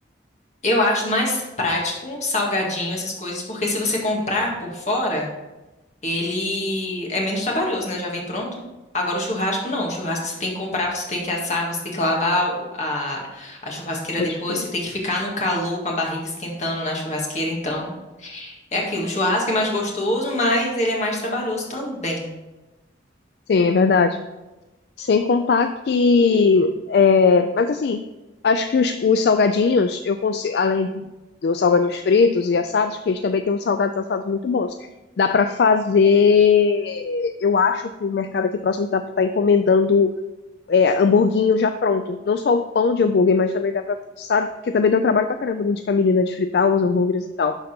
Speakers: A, on the left (about 35°); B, on the left (about 55°).
A: Eu acho mais prático, salgadinho, essas coisas, porque se você comprar por fora, ele é menos trabalhoso, né? Já vem pronto. Agora o churrasco não. O churrasco você tem que comprar, você tem que assar, você tem que lavar o- a, a churrasqueira
B: Mas,
A: depois,
B: tipo,
A: você tem que ficar no calor com a barriga esquentando na churrasqueira. Então, é aquilo. O churrasco
B: sim.
A: é mais gostoso, mas ele é mais trabalhoso também.
B: Sim, é verdade. Sem contar que. é, mas assim, acho que os, os salgadinhos, eu consigo, além dos salgadinhos fritos e assados, que eles também têm uns salgados assados muito bons. Dá pra fazer. Eu acho que o mercado aqui próximo dá pra estar encomendando é, hamburguinho já pronto. Não só o pão de hambúrguer, mas também dá pra. Sabe? Porque também deu trabalho pra caramba né, de camelina de fritar os hambúrgueres e tal.